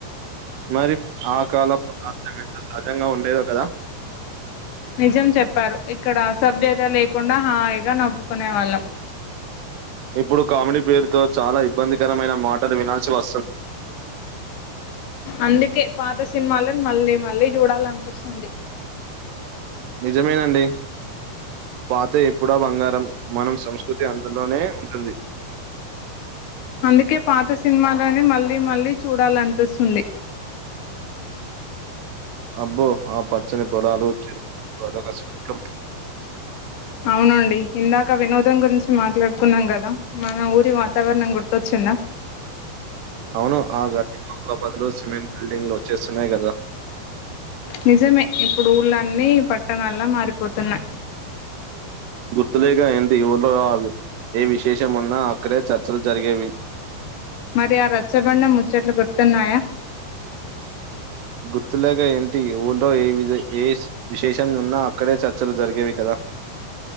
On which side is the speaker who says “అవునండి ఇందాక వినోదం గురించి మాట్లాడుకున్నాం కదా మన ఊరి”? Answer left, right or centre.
Left